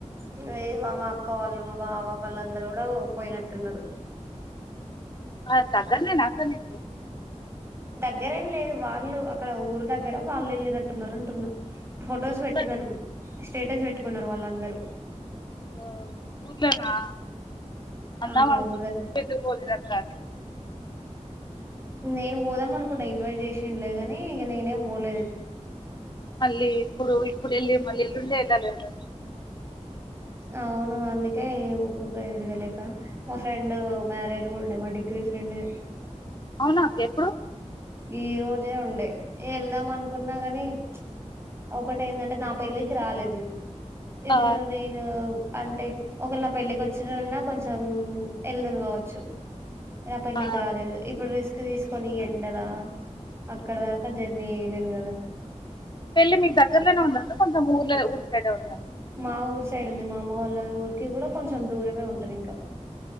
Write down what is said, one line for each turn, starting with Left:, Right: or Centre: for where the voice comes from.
Right: ఇంగా ఈ మా అక్క వాళ్ళు మా బావ వాళ్ళు అందరు కూడా పోయినట్టున్నరు.
Left: ఆ దగ్గర్నేనా అక్కా నీకు.
Right: దగ్గరేం లేదు. వాళ్ళు అక్కడ ఊరు దగ్గర వాళ్ళు వెళ్ళినట్టున్నరు అంటున్నా. ఫొటోస్
Left: ఊర్లో
Right: పెట్టినరు. స్టేటస్ పెట్టుకున్నరు వాళ్ళందరూ.
Left: ఆ ఊర్లనా అన్నా
Right: ఆ ఊరు
Left: <inaudible>
Right: దగ్గర
Left: పెళ్ళికి పోలేదక్కా అని
Right: నేను పోదాం అనుకున్నా ఇన్వేట్ చేసిన్లేగాని ఇగా నేనే పోలేదు
Left: మళ్లీ ఇప్పుడు ఇప్పుడు ఎళ్లి మళ్లీ ఎల్లుండే ఎళ్లాలి కదా
Right: అవును అందుకే ఇగా ఊకూకే తిరగలేకా మా ఫ్రెండ్ మ్యారేజ్ కూడా ఉండే మా డి గ్రీ ఫ్రెండ్ ది
Left: అవునా అక్క ఎప్పుడు
Right: ఈ రోజే ఉండే ఎ ఎళ్దాం అనుకున్నా కానీ చ్ ఒకటి ఏందంటే నా పెళ్ళికి రాలేదు. ఇప్పుడు
Left: ఆ
Right: నేను అంటే ఒక వెలా నా పెళ్ళికి వచ్చినున్నా కొంచెం ఎల్దును కావచ్చు. నా పెళ్లికి
Left: ఆ
Right: రాలేదు. ఇప్పుడు రిస్క్ తీసుకొని ఎండలా అక్కడ దాక జర్నీ లేను కదా
Left: పెళ్ళి మీకు దగ్గరలోనే ఉందా అక్కా. కొంచం ఊర్ల ఊరు సైడే ఉందా.
Right: మా ఊరు సైడ్ ఉంది. మా అమ్మవాల ఊరికి కూడా కొంచెం దూరమే ఉంటది ఇంకా.